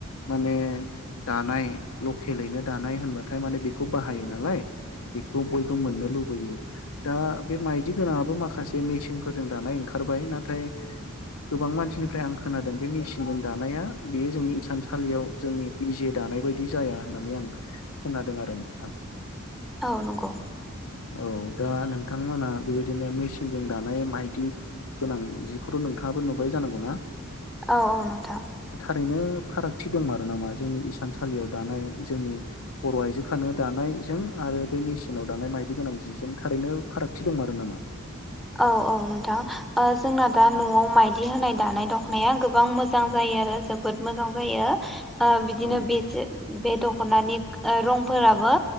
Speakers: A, on the left; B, in the centre.
A: माने दानाय लकेलयैनो दानाय होनबाथाय मान बेखौ बाहायो नालाय बेखौ बयबो मोननो लुबैयो दा बे माइदि गोनांङाबो माखासे मेसिनफोरजों दानाय ओंखारबाय नाथाय गोबां मानसिनिफ्राय आं खोनादों बे मेसिनजों दानाया बेयो जोंनि इसानसालियाव जोंनि निजे दानाय बायदि जाया होननानै आं खोनादों आरो नोंथां
B: नंगौ
A: औ दा नोंथांमोना बेबायदिनो मेसिनजों दानाय मायदि गोनां जिखौथ' नोंथांङाबो नुबाय जानांगौ ना
B: औ औ नोंथां
A: ओरैनो फारागथि दं मारो नामा जोंनि इसानसालियाव दानाय जोंनि बर' आइजोफ्रानो दानाय जजों आरो बे मेसिनाव दानाय मायदि गोनां जिजों थारैनो फारागथि दंमारो नामा
B: औ औ नोंथां अ जोंना दा न'आव माइदि होनाय दानाय दख'नाया गोबां मोजां जायो आरो जोबोद मोजां जायो अ बिदिनो
A: औ
B: बे बे दख'नानि अ रंफोराबो